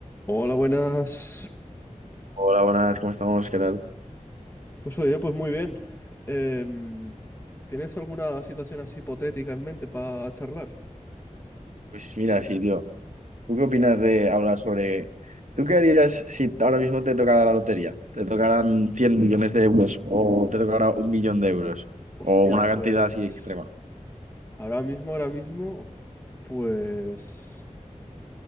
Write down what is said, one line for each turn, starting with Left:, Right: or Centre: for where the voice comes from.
Left: Hola, buenas.
Right: Hola, buenas, ¿cómo estamos? ¿Qué tal?
Left: Pues oye, pues muy bien. Em, ¿tienes alguna situación así hipotética en mente para charlar?
Right: Pues mira, sí, tío. ¿Tú qué opinas de hablar sobre... ¿Tú qué harías si ahora mismo te tocara la lotería? ¿Te tocaran cien millones de euros o te tocara un millón de euros?
Left: Hostias,
Right: O una cantidad
Left: pues
Right: así extrema.
Left: ahora mismo, ahora mismo, pues,